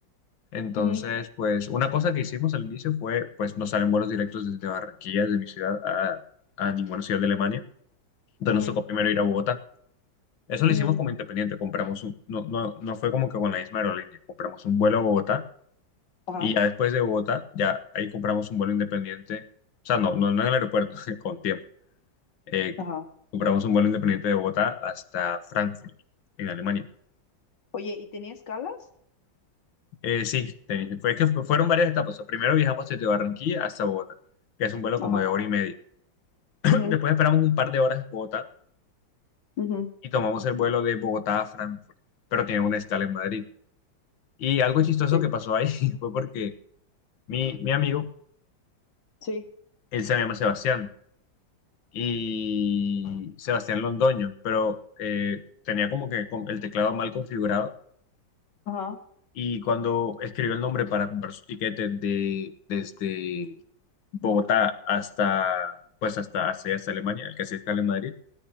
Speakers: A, on the left; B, on the left.
A: Entonces,
B: ujú,
A: pues una cosa que hicimos al inicio fue, pues no salen vuelos directos desde Barranquilla, desde mi ciudad, a, a ninguna ciudad de Alemania. Entonces
B: ujú,
A: nos tocó primero ir a Bogotá. Eso lo
B: ujú,
A: hicimos como independiente, compramos un, no, no, no fue como que con la misma aerolínea, compramos un vuelo a Bogotá
B: Ajá,
A: y ya después de Bogotá, ya ahí compramos un vuelo independiente, o sea, no, no, no en el aeropuerto, <laughs> con tiempo. Eh,
B: ajá.
A: compramos un vuelo independiente de Bogotá hasta Frankfurt, en Alemania.
B: Oye, ¿y tenía escalas?
A: Eh, sí, te- fue que fu- fueron varias etapas. O sea, primero viajamos desde Barranquilla hasta Bogotá, que es un vuelo como
B: Ajá.
A: de hora y media. <clears throat>
B: Mhm.
A: Después esperamos un par de horas en Bogotá
B: Mhm.
A: y tomamos el vuelo de Bogotá a Frankfurt, pero tiene una escala en Madrid. Y algo chistoso
B: Sí,
A: que pasó ahí <laughs> fue porque mi, mi amigo,
B: sí,
A: él se llama Sebastián y Sebastián Londoño, pero eh, tenía como que con- el teclado mal configurado
B: ajá.
A: y cuando escribió el nombre para comprar su tiquete de, desde Bogotá hasta, pues hasta, hasta, hasta Alemania, el que hacía escala en Madrid,